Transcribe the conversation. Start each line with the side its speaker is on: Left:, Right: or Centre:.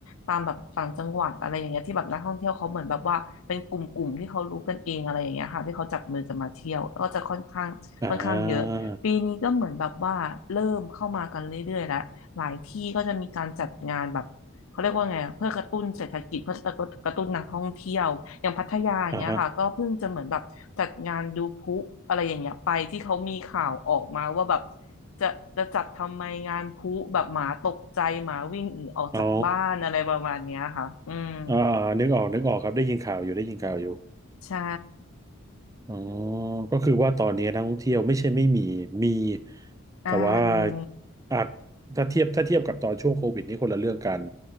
Left: ตามแบบต่างจังหวัดอะไรอย่างเงี้ยที่แบบนักท่องเที่ยวเขาเหมือนแบบว่าเป็นกลุ่มๆที่เขารู้กันเองอะไรอย่างเงี้ยค่ะที่เขาจับมือกันมาเที่ยวแล้วก็จะค่อนข้างค่อนข้างเยอะปีนี้ก็เหมือนแบบว่าเริ่มเข้ามากันเรื่อยๆแล้วหลายที่ก็จะมีการจัดงานแบบ
Right: อ่า
Left: เขาเรียกว่าไงอะเพื่อกระตุ้นเศรษฐกิจเพื่อกระตุ้นกระตุ้นนักท่องเที่ยวอย่างพัทยาอย่างเงี้ยค่ะก็เพิ่งจะเหมือนแบบจัดงานดูพลุอะไรอย่างเงี้ยไปที่เขามีข่าวออกมาว่าแบบ
Right: อ่าฮะ
Left: จะจะจัดทำไมงานพลุแบบหมาตกใจหมาวิ่งหนีออกจากบ้านอะไรประมาณเนี้ยค่ะอืม
Right: อ๋ออ่าอ่านึกออกนึกออกครับได้ยินข่าวอยู่ได้ยินข่าวอยู่
Left: ใช่
Right: อ๋อก็คือว่าตอนนี้นักท่องเที่ยวไม่ใช่ไม่มีมี
Left: อ่ามี
Right: แต่ว่าอาจถ้าเทียบถ้าเทียบกับตอนช่วงโควิดนี่คนละเรื่องกัน